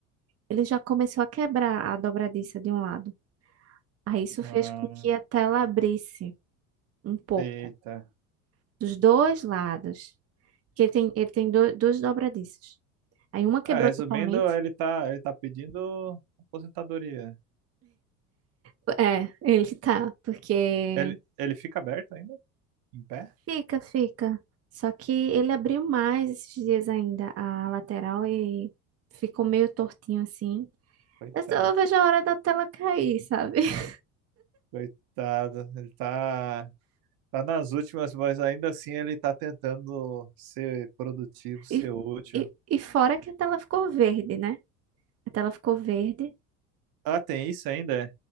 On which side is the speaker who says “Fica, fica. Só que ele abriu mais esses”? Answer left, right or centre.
Right